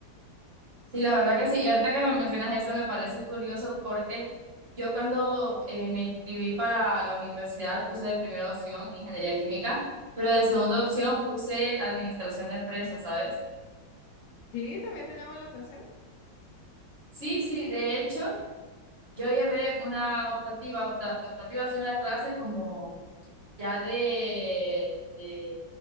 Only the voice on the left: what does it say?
Sí, también te llama la atención.